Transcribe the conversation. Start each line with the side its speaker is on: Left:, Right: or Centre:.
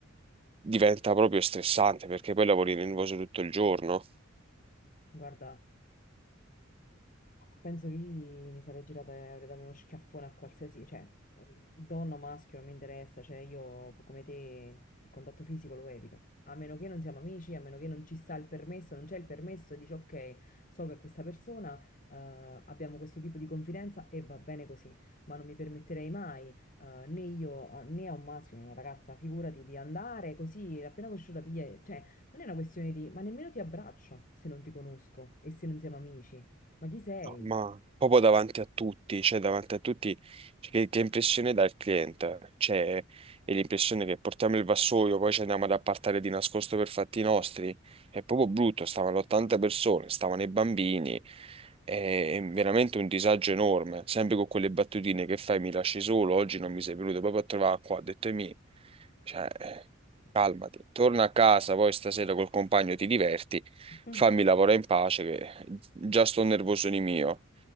Right: diventa proprio stressante perché poi lavori nervoso tutto il giorno.
Left: Guarda. Penso che io mi sarei girata e avrei dato uno schiaffone a qualsiasi, cioè, eh, donna o maschio, non mi interessa, cioè io come te il contatto fisico lo evito. A meno che non siamo amici, a meno che non ci sta il permesso, non c'è il permesso e dici ok, so che questa persona, eh, abbiamo questo tipo di confidenza e va bene così, ma non mi permetterei mai, eh, né io eh, né a un maschio né a una ragazza, figurati, di andare così, appena conosciuta, piglia- cioè, non è una questione di, ma nemmeno ti abbraccio se non ti conosco e se non siamo amici. Ma chi sei?
Right: No, Ma proprio davanti a tutti, cioè davanti a tutti, cioè, che, che impressione dà il cliente? Cioè, è l'impressione che portiamo il vassoio, poi ci andiamo ad appartare di nascosto per fatti nostri. È proprio brutto, stavano 80 persone, stavano i bambini, è, è veramente un disagio enorme, sempre con quelle battutine che fai, mi lasci solo, oggi non mi sei venuto proprio a trovare qua, ho detto e mi... Cioè, eh, Calmati,
Left: Qua.
Right: torna a casa, poi stasera col compagno ti diverti,
Left: Mm.
Right: fammi lavorare in pace, che già sto nervoso di mio.